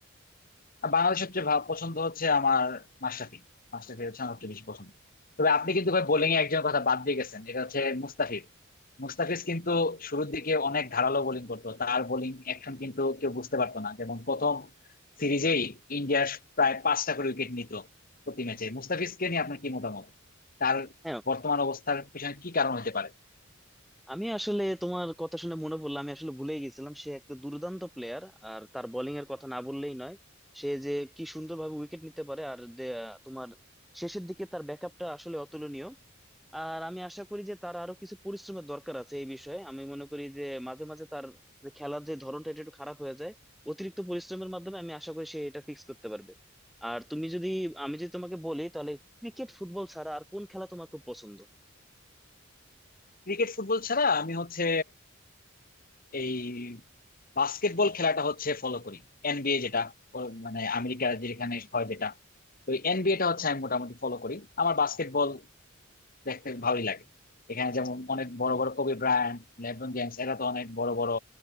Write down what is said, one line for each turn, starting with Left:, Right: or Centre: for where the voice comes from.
Left: আর বাংলাদেশ সবচেয়ে ভা- পছন্দ হচ্ছে আমার মাশরাফি মাশরাফি হচ্ছে আমার সবচেয়ে বেশি পছন্দ তবে আপনি কিন্তু ভাই বোলিং এ একজনের কথা বাদ দিয়ে গেছেন এটা হচ্ছে মুস্তাফিজ মুস্তাফিজ কিন্তু শুরুর দিকে অনেক ধারালো বোলিং করতো তার বোলিং অ্যাকশন কিন্তু কেউ বুঝতে পারতো না যেমন প্রথম সিরিজেই ইন্ডিয়ার প্রায় পাঁচটা করে উইকেট নিত প্রতি ম্যাচে মুস্তাফিজকে নিয়ে আপনার কি মতামত তার
Centre: হ্যাঁ
Left: বর্তমান অবস্থার পিছনে কি কারণ হতে পারে
Centre: আমি আসলে তোমার কথা শুনে মনে পড়লো আমি আসলে ভুলেই গেছিলাম সে একটা দুর্দান্ত প্লেয়ার আর তার বোলিং এর কথা না বললেই নয় সে যে কি সুন্দরভাবে উইকেট নিতে পারে আর দে- তোমার শেষের দিকে তার ব্যাকআপটা আসলে অতুলনীয় আর আমি আশা করি যে তার আরো কিছু পরিশ্রমের দরকার আছে এই বিষয়ে আমি মনে করি যে মাঝে মাঝে তার যে খেলার যে ধরনটা এটা একটু খারাপ হয়ে যায় অতিরিক্ত পরিশ্রমের মাধ্যমে আমি আশা করি সে এটা ফিক্স করতে পারবে আর তুমি যদি আমি যদি তোমাকে বলি তাহলে ক্রিকেট ফুটবল ছাড়া আর কোন খেলা তোমার খুব পছন্দ
Left: ক্রিকেট ফুটবল ছাড়া আমি হচ্ছে এই বাস্কেটবল খেলাটা হচ্ছে ফলো করি এনবিএ যেটা ও মানে আমেরিকার যেখানে হয় যেটা তো এনবিএটা হচ্ছে আমি মোটামুটি ফলো করি আমার বাস্কেটবল দেখতে ভালোই লাগে এখানে যেমন অনেক বড় বড় কোবি ব্রায়ান্ট লেব্রন জেমস এরা তো অনেক বড় বড়